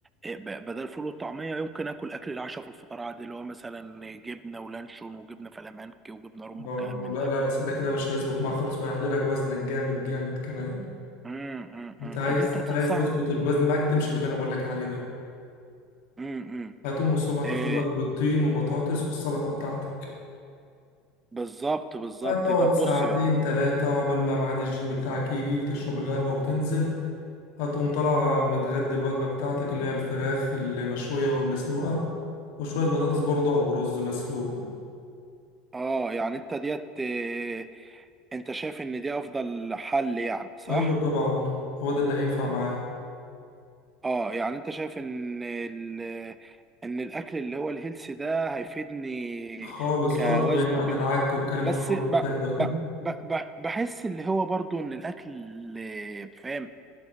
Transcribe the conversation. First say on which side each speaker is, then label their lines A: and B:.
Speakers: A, on the right; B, on the left.
A: إيه، ب- بدل الفول والطعميه يمكن اكل اكل العشاء في الفطار عادي اللي هو مثلا جبنه ولانشون وجبنه فلامنكي وجبنه رومي والكلام
B: آه
A: من
B: لا
A: ده
B: لا بس ده كده مش هيظبط معاك خالص وهيعلي لك وزنك جامد جامد كمان
A: امم امم
B: انت
A: امم.
B: عايز
A: طب انت تنصح
B: عايز تظبط الوزن معاك تمشي باللي انا بقول لك عليه ده
A: امم إمم.
B: هتقوم الصبح تفطر
A: ايه
B: لك بيضتين وبطاطس والسلطه بتاعتك
A: بالظبط بالظبط
B: هتقعد
A: طب
B: ساعتين
A: بص بقى
B: ثلاثه عقبال ما ميعاد الجيم بتاعك يجي تشرب القهوه وتنزل هتقوم طالع متغدي الوجبه بتاعتك اللي هي الفراخ المشويه او المسلوقه وشويه بطاطس برضه او رز مسلوق
A: اه يعني انت ديت إيه انت شايف ان دي افضل حل يعني صح
B: ايوه طبعا هو ده اللي هينفع معاه
A: اه يعني انت شايف ان ال... ان الاكل اللي هو الهيلثي ده هيفيدني
B: خالص خالص
A: كوزن
B: بعيد بقى
A: وك...
B: عن العك والكلام
A: بس
B: الخالص
A: ب...
B: التاني ده كله
A: ب... ب... ب... بحس اللي هو برضو ان الاكل اللي- فاهم